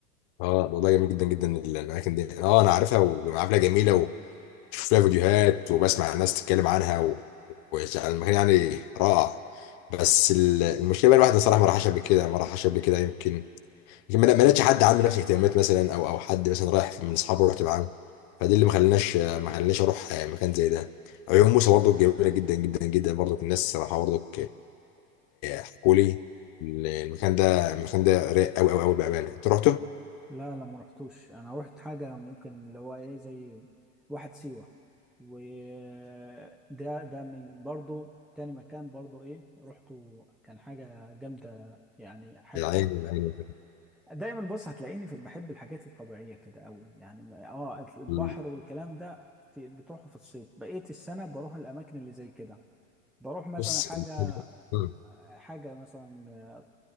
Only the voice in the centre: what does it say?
لا لا ما رحتوش انا رحت حاجه ممكن اللي هو ايه زي واحد سيوه وده ده من برضو تاني مكان برضو ايه رحته كان حاجه جامده يعني حاجه
فوق
دايما بص هتلاقيني في بحب الحاجات الطبيعيه كده قوي يعني اه البحر
والكلام ده في بتروحوا في الصيف بقيه السنه بروح الاماكن اللي زي كده بروح مثلا
حاجه
حاجه مثلا